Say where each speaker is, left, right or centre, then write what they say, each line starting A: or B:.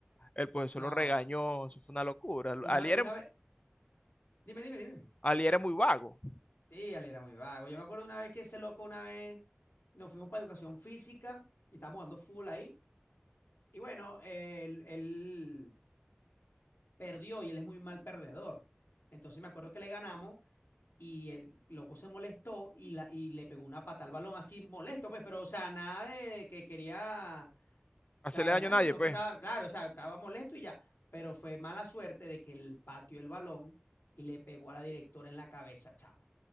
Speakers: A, on the left (about 35°); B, on the left (about 65°).
A: El profesor
B: No,
A: lo regañó, eso fue una locura.
B: una
A: Ali
B: vez, una
A: era,
B: vez, dime, dime, dime.
A: Ali era muy vago,
B: Sí, Ali era muy vago. Yo me acuerdo una vez que ese loco, una vez, nos fuimos para educación física y estábamos dando full ahí. Y bueno, él, él perdió y él es muy mal perdedor. Entonces me acuerdo que le ganamos y el loco se molestó y, la, y le pegó una pata al balón así molesto, pues, pero, o sea, nada de, de que quería, o
A: hacerle
B: sea, dañar,
A: daño a nadie,
B: sino
A: pues.
B: que estaba, claro, o sea, estaba molesto y ya, pero fue mala suerte de que él pateó el balón y le pegó a la directora en la cabeza, chama.